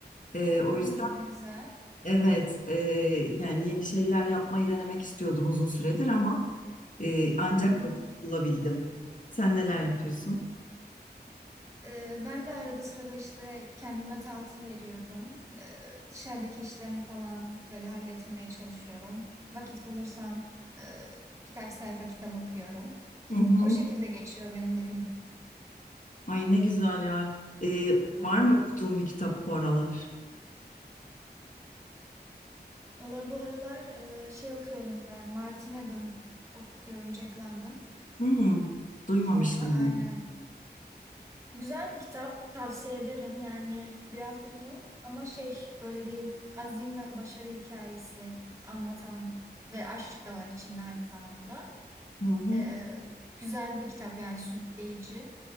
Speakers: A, on the left; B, on the right.
A: Ee, o
B: Hmm,
A: yüzden
B: ne güzel.
A: evet e, yani yeni şeyler yapmayı denemek istiyordum uzun süredir ama e, ancak
B: Hı hı.
A: vakit bulabildim. Sen neler yapıyorsun?
B: E, ben de arada sırada işte kendime tatil veriyorum. E, dışarıdaki işlerimi falan böyle halletmeye çalışıyorum. Vakit bulursam e, birkaç sayfa kitap okuyorum.
A: Hı hı.
B: O şekilde geçiyor benim de
A: Ay ne güzel ya. Ee,
B: günlerim.
A: var mı okuduğun bir kitap bu aralar?
B: Valla bu aralar e, şey okuyorum ben. Martin Eden okuyorum Jack London
A: Hı, duymamıştım
B: kitabı aynen.
A: bunu.
B: Güzel bir kitap tavsiye ederim. Yani biraz uzun ama şey böyle bir azim ve başarı hikayesi anlatan ve aşk da var içinde aynı zamanda.
A: Hı hı.
B: Ee, güzel bir kitap yani sürükleyici.